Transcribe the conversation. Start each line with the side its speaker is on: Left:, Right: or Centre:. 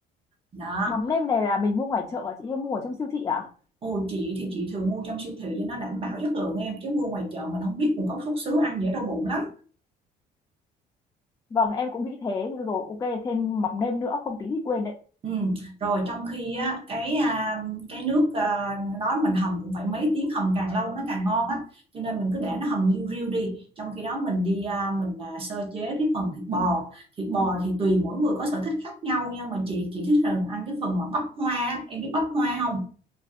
Right: đó
Left: Mắm nêm này là mình mua ngoài chợ à chị hay mua ở trong siêu thị à?
Right: Ồ chị thì chị thường mua trong siêu thị cho nó đảm bảo chất lượng em chứ mua ngoài chợ mình không biết nguồn gốc xuất xứ ăn dễ đau bụng lắm.
Left: Vâng em cũng nghĩ thế thì rồi ok thêm mắm nêm nữa không tí thì quên đấy.
Right: Ừ. Rồi trong khi á, cái à, cái nước à, đó mình hầm cũng phải mấy tiếng hầm càng lâu nó càng ngon á cho nên mình cứ để nó hầm liu riu đi trong khi đó mình đi à, mình à, sơ chế cái phần thịt bò thịt bò thì tùy mỗi người có sở thích khác nhau nhưng mà chị chị thích rằng ăn cái phần mà bắp hoa á. em biết bắp hoa không